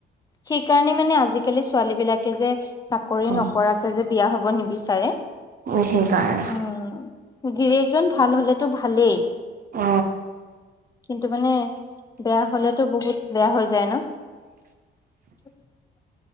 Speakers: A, on the left (about 20°); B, on the right (about 45°).
A: সেইকাৰনে মানে আজিকালি ছোৱালী বিলাকে যে চাকৰি
B: অ',
A: নকৰাকে যে বিয়া হব নিবিচাৰে
B: উম সেইকাৰণে।
A: উ গিৰিয়েকজন ভাল হলেতো ভালেই।
B: অ।
A: কিন্তু মানে বেয়া হ'লেতো বহুত বেয়া হৈ যায় ন। <unintelligible>